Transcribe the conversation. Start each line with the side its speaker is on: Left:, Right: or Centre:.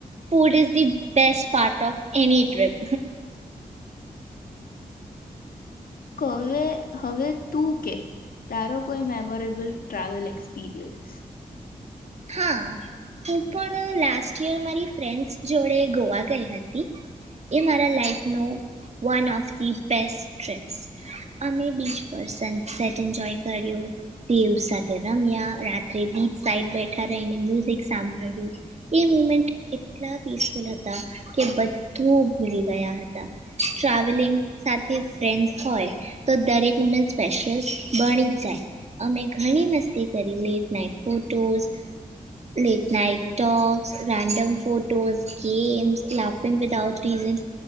Right: food is the best part of any trip.
Left: કવે હવે તું કે તારો કોઈ મેમોરેબલ ટ્રાવેલ એક્સપિરિયન્સ.
Right: હા હું પણ લાસ્ટ યર મારી ફ્રેન્ડ્સ જોડે ગોવા ગઈ હતી એ મારા લાઈફનો one of the best trips અમે બીચ પર સનસેટ જોય કર્યો પ ઉ સાથેત યા રાત્રે બીચ સાઈડ ઠા રેયને મ્યુઝિક સાંભળ્યું એ મુમેન્ટ એટલા પીસફુલ હતા કે બધું ભૂલી ગયા હતા ટ્રાવેલિંગ સાથે ફ્રેન્ડ્સ હોય તો દરેક મુમેન્ટ સ્પેશિયલ બણી જ જાય અમે ઘણી મસ્તી કરેલી એક night photos late night talks random photos games laughing without reason